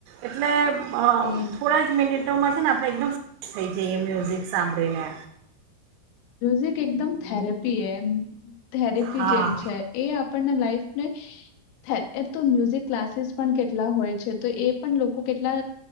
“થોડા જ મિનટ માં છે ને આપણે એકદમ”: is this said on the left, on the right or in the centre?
Right